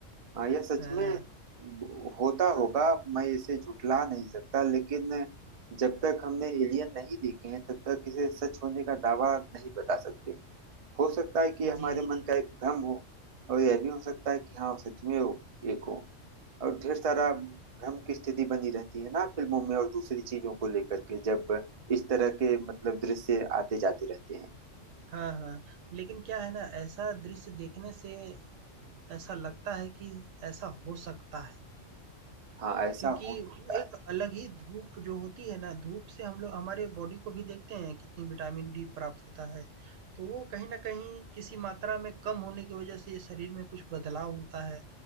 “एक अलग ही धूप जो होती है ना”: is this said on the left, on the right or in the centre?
Right